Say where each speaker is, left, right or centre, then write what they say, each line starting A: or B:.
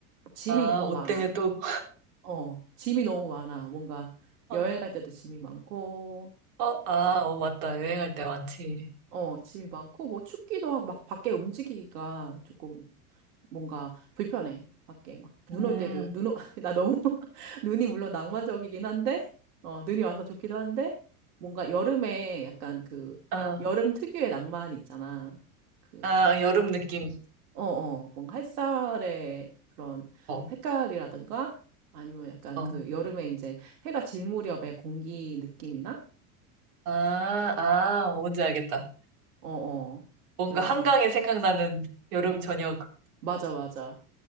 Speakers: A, on the right; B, on the right.
A: 짐이
B: 아,
A: 너무
B: 옷
A: 많아.
B: 때문에 또,
A: 어, 짐이 너무 많아. 뭔가
B: <laughs>
A: 여행할 때도 짐이 많고,
B: 어, 아, 어, 맞다. 여행할 때 많지.
A: 어, 짐이 많고, 뭐 춥기도 하고, 막 밖에 움직이기가 조금 뭔가 불편해. 밖에 막 눈올
B: 음,
A: 때도, 눈, 오, <laughs> 나 너무, <laughs> 눈이 물론 낭만적이긴 한데, 어, 눈이 와서 좋기도 한데, 뭔가 여름에 약간 그,
B: 아,
A: 여름 특유의 낭만이 있잖아. 그막
B: 아, 여름 느낌.
A: 어, 어, 뭔가 햇살의 그런
B: 어,
A: 색깔이라든가 아니면 약간
B: 어.
A: 그 여름에 이제 해가 질 무렵의 공기 느낌이나?
B: 아, 아, 뭔지 알겠다.
A: 어, 어.
B: 뭔가
A: 그래서,
B: 한강에 생각나는 여름 저녁.
A: 맞아, 맞아.